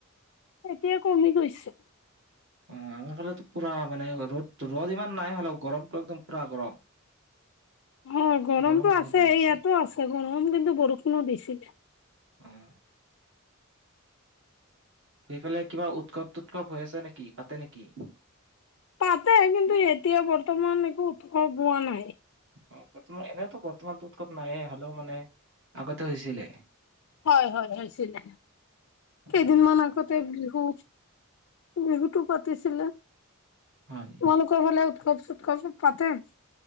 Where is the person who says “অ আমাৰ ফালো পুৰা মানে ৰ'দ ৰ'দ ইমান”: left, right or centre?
Right